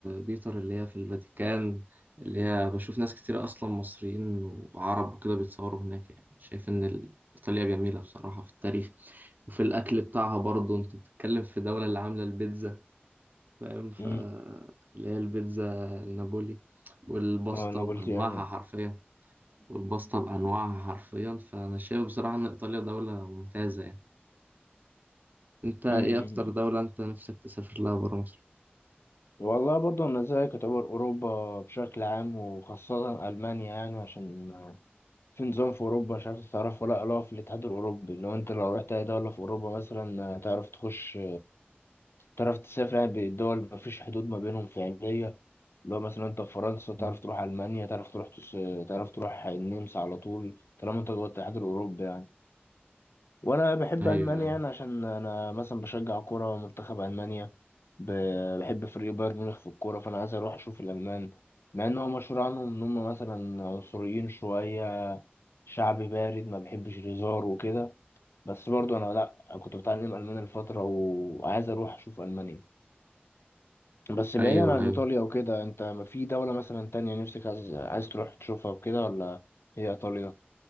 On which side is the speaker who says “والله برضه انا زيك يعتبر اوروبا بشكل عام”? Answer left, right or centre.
Left